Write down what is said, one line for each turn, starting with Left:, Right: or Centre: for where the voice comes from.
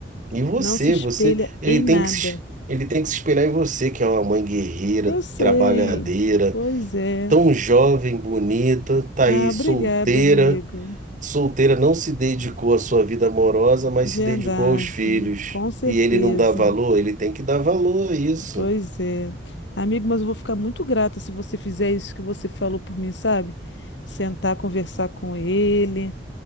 Right: E você,
Left: não se espelha
Right: você, ele
Left: em nada.
Right: tem que, se- ele tem que se espelhar em você, que é uma mãe guerreira,
Left: Eu sei.
Right: trabalhadeira
Left: Pois é.
Right: tão jovem, bonita, tá
Left: Ah,
Right: aí
Left: obrigada,
Right: solteira.
Left: amigo.
Right: Solteira não se dedicou à sua vida amorosa, mas
Left: Verdade.
Right: se dedicou aos filhos.
Left: Com certeza.
Right: E ele não dá valor? Ele tem que dar valor a isso.
Left: Pois é. Amigo, mas eu vou ficar muito grata se você fizer isso que você falou por mim, sabe? Sentar, conversar com ele.